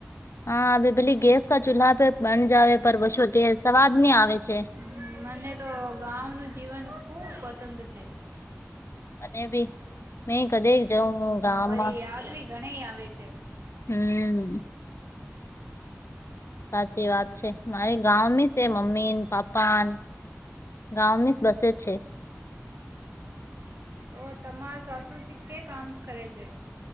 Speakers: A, on the left; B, on the right.
A: હા, પેલી ગેસના ચૂલા પે બની જાવ છે, કેે સ્વાદની આવે છે.
B: હ, મને તો ગાવનું જીવન ખુબ પસંદ છે.
A: મને બી મેં કદે
B: <inaudible>
A: જઉં હું
B: હ ગા
A: ગામમાં
B: વાળી યાદ ભી ઘણી આવે છે.
A: હમ. હમ. સાચી વાત છે, મારી ગામ છે, મમ્મી પાપ્પા. ગાવ મે વસે છે.
B: ઓ, તમારા સાસુજી કે કામ કરે છે?